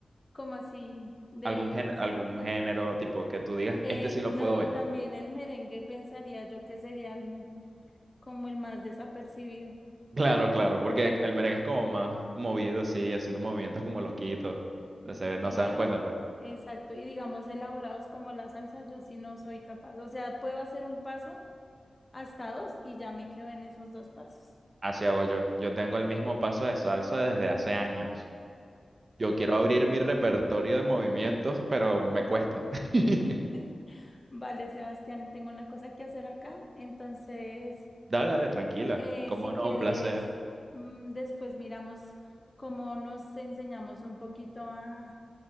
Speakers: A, on the left; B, on the right.
A: Como así de
B: Algún género, algún
A: música?
B: género tipo que tú digas,
A: Eh,
B: este sí lo
A: no,
B: puedo bailar.
A: también el merengue pensaría yo que sería el- como el más desapercibido.
B: Claro, claro, porque el merengue es como más movido, así, haciendo movimientos como loquitos. Entonces
A: Eh,
B: no se dan cuenta, pues.
A: exacto, y digamos elaborados como la salsa, yo sí no soy capaz, o sea, puedo hacer un paso hasta dos y ya me quedo en esos dos pasos.
B: Así hago yo. Yo tengo el mismo paso de salsa desde hace años. Yo quiero abrir mi repertorio de movimientos, pero me cuesta. <laughs>
A: <laughs> Vale, Sebastián, tengo una cosa que hacer acá, entonces,
B: Dale, dale, tranquila.
A: eh,
B: Cómo
A: si
B: no,
A: quieres,
B: un placer.
A: mm, después miramos cómo nos enseñamos un poquito a,